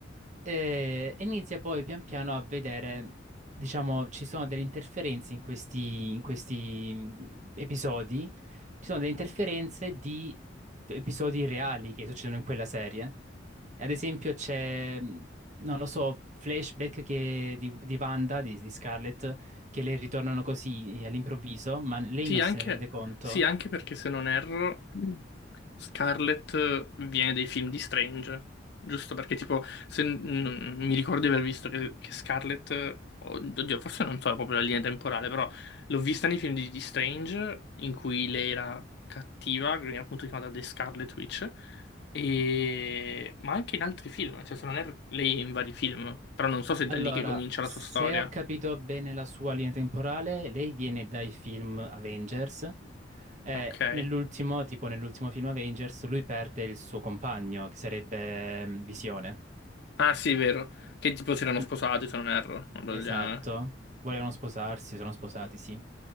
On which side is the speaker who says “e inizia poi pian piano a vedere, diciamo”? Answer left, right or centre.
Right